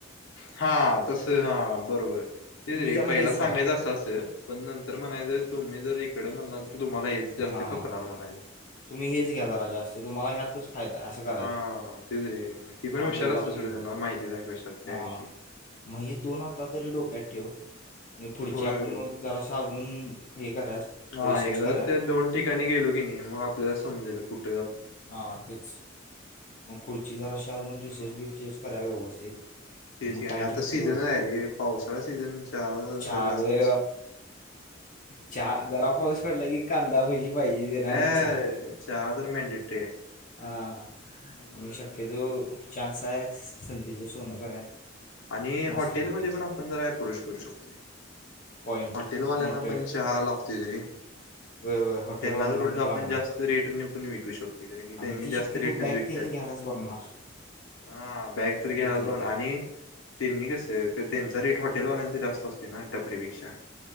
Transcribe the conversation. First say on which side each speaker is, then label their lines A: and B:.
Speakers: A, on the left; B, on the left.
A: हा तसं हा, बरोबर. तेच
B: तुम्ही
A: रे
B: जरा हेच
A: पहिला
B: घ्या
A: सांगायचं असं असं, पण नंतर म्हणायचं तुम्ही जर इकडं म्हणला तर तुम्हाला हेच जास्ती
B: हां
A: खपणार म्हणायचं.
B: तुम्ही हेच घ्या जरा जास्त तुम्हाला ह्यातच फायदा आहे असं करायचं
A: हा तेच रे, ती
B: मग
A: पण
B: आपल्याला
A: हुशार असतेत
B: आपण
A: सोड त्यांना माहिती नाय कशात
B: हां
A: काय विषयी.
B: मग ही दोन आता तरी डोक्यात ठेव. आणि पुढची
A: होय
B: आपण
A: होय
B: मग जरासं आजून हे करा रिसर्च
A: हा एकदा
B: करा
A: तर ते दोन ठिकाणी गेलो की नाही. मग आपल्याला समजेल कुठ
B: हा तेच. मग पुढची जर अशी अजून रिसेर्च
A: हा
B: बिसेच कराव व्यवस्थित. हे
A: तेच
B: मग
A: की आणि
B: काय ठरते
A: आता सीझन
B: बघा
A: आहे रे पावसाळा सीझन चहा
B: चार
A: जरा जास्तच
B: वे. चहा जरा पाऊस पडला की. कांदा भजी पाहिजे. देणार
A: हे
B: आणि चहा.
A: चहा तर मॅनडेटरी आहे
B: हा
A: त्यामुळं
B: म शक्यतो चान्स आहे. संधीचं सोनं कराय
A: आणि
B: मस्तपैकी
A: हॉटेलमध्ये पण आपण जरा पुरुश करू शकतोय.
B: पॉईंट
A: हॉटेलवाल्यांना
B: नोटेड
A: पण चहा लागतोयच रे.
B: व्हय व्हय
A: आणि
B: हॉटेलवाल्यांना
A: त्यांनाच उलट
B: पण
A: आपण
B: लागणार
A: जास्त रेटनि पण विकू शकतो. तिकडे की
B: आणि
A: त्यांनी
B: ती
A: जास्त
B: शक्यतो
A: रेटनच
B: बॅग
A: विकतात.
B: त्यांनी घ्यायलाच बघणार
A: हा बॅग तरी घ्यायलाच
B: घेतली
A: बघ ना.
B: तर
A: आणि त्यांनी कसं त्यांचा रेट हॉटेलवाल्यांचा. जास्त असते ना टपरी पेक्षा.